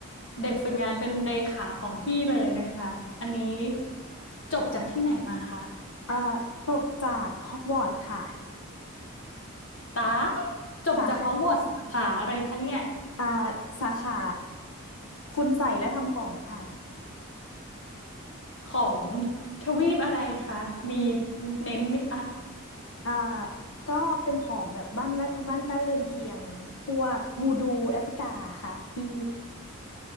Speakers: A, on the left; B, on the left.
A: เด็กฝึกงานเป็นเลขาของพี่เลยนะคะอันนี้จบจากที่ไหนมาคะ
B: เอ่อจบจากฮอกวอตส์ค่ะ
A: ตายจบจากฮอกวอตส์สาขาอะไรคะเนี่ย
B: สาขาอ่าสาขาคุณใส่และทำของค่ะ
A: ของทวีปอะไรคะมีเน้นไหมคะ
B: อ่าก็เป็นของแบบบ้านและบ้านใกล้เรือนเคียง พวกวูดูแอฟริกาค่ะพี่